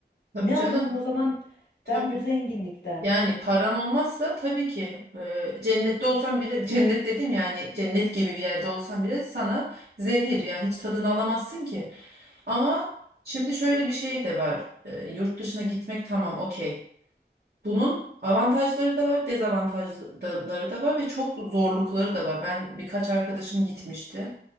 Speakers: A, on the right; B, on the left.
A: Tabii
B: Ne
A: canım,
B: anladım o zaman
A: tabii.
B: ben bu zenginlikten?
A: Yani paran olmazsa tabii ki e, cennette olsan bile, <laughs> cennet dedim yani cennet gibi bir yerde olsan bile sana zehir. Yani hiç tadını alamazsın ki. Ama şimdi şöyle bir şey de var. Ee, yurt dışına gitmek tamam okey. Bunun avantajları da var, dezavantajları da var ve çok zorlukları da var. Ben birkaç arkadaşım gitmişti.